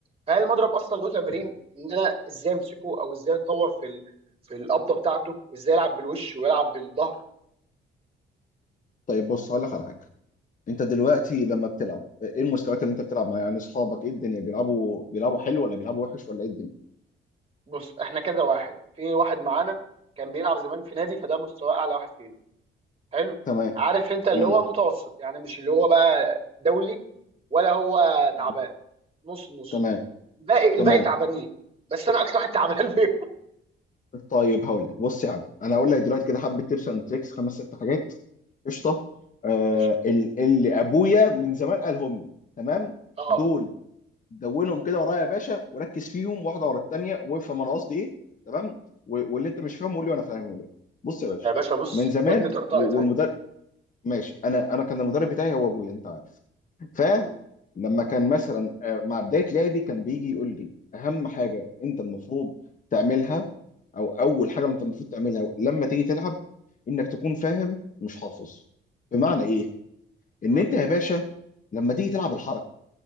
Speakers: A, on the right; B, on the left.
A: فهل المضرب اصلا له تمارين
B: أيوة.
A: ان انا ازاي امسكه او ازاي اتطور في ال... في القبضه بتاعته وازاي العب بالوش ويلعب بالظهر
B: طيب بص هقول لك على حاجه انت دلوقتي لما بتلعب ايه المستويات اللي انت بتلعب معاها يعني اصحابك ايه الدنيا بيلعبوا بيلعبوا حلو ولا بيلعبوا وحش ولا ايه الدنيا
A: بص احنا كذا واحد في واحد معانا كان بيلعب زمان في نادي فده مستوى اعلى واحد فينا حلو
B: تمام
A: عارف انت اللي
B: مم.
A: هو متوسط يعني مش اللي هو بقى دولي ولا هو
B: مم.
A: تعبان نص نص
B: تمام
A: الباقي الباقي
B: تمام
A: تعبانين بس انا اكتر واحد تعبان فيهم
B: طيب هقول لك بص يا عم انا هقول لك دلوقتي كده حبه تيبس اند تريكس خمس ست حاجات قشطه آه
A: قشطه
B: ال- اللي ابويا من زمان قالهم لي تمام
A: اه
B: دول دونهم كده ورايا يا باشا وركز فيهم واحده ورا الثانيه وافهم انا قصدي ايه تمام و- واللي انت مش فاهمه قول لي وانا فاهمه لك بص يا باشا
A: يا باشا بص
B: من زمان
A: ودني طرطقت
B: والمدرب
A: اهي
B: ماشي انا انا كان المدرب بتاعي هو ابويا انت عارف فلما
A: مم،
B: كان مثلا آه، مع بدايه لعبي كان بيجي يقول لي اهم حاجه انت المفروض تعملها او اول حاجه انت المفروض تعملها لما تيجي تلعب انك تكون فاهم مش حافظ بمعنى ايه ان
A: مم،
B: انت يا باشا لما تيجي تلعب الحركه